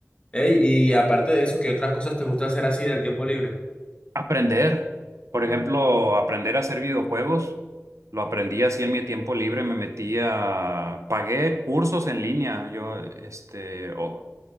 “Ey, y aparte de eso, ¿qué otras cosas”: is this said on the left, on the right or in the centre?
Left